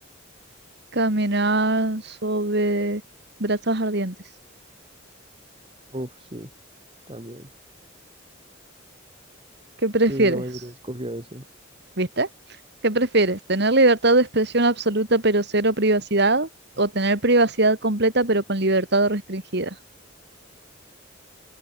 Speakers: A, on the right; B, on the right.
A: caminar sobre brazos ardientes.
B: Uf, sí, también.
A: ¿Qué prefieres?
B: Sí, la mayoría escogió eso.
A: ¿Viste? ¿Qué prefieres? ¿Tener libertad de expresión absoluta pero cero privacidad? ¿O tener privacidad completa pero con libertad restringida?